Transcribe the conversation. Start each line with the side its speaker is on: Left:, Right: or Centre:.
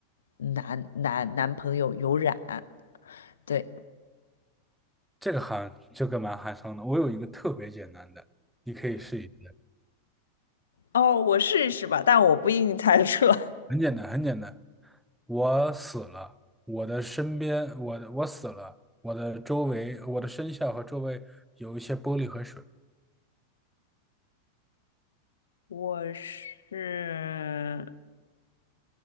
Left: 男男男朋友有染，对，
Centre: 这个含这个蛮寒伤的。我有一个特别简单的，你可以试一试。
Left: 哦，我试试吧，但我不一定猜得出来。
Centre: 很简单，很简单。我死了，我的身边，我的我死了，我的周围，我的身下和周围有一些玻璃和水，
Left: <laughs> 我是